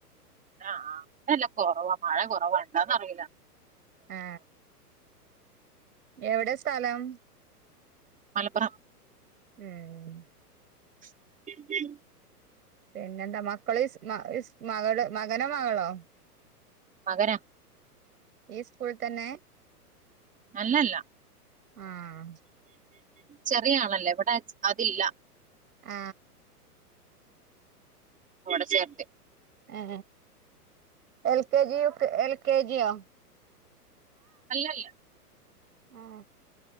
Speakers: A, on the right; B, on the right.
A: ആ ആ ഇവിടെല്ല കുറവാ മഴ കുറവണ്ടാന്ന് അറിയില്ല
B: ആ എവിടെ സ്ഥലം
A: മലപ്പറം
B: ഉം
A: <inaudible>
B: പിന്നെന്താ മക്കൾ മ മകൾ മകനോ മകളോ
A: മകനാ
B: ഈ സ്കൂൾ തന്നെ
A: അല്ലല്ല
B: ആഹ്
A: ചെറിയ ആളല്ലേ ഇവിടെ അതില്ല
B: ആ
A: അവിടെ ചേർത്തി
B: A L K G U K L K ജിയോ
A: അല്ലല്ല
B: ആ